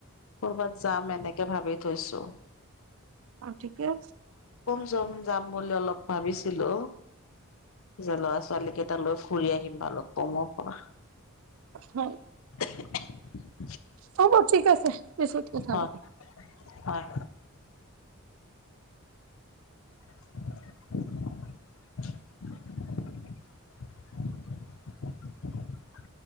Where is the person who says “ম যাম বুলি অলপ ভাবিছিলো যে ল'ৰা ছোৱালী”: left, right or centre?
Left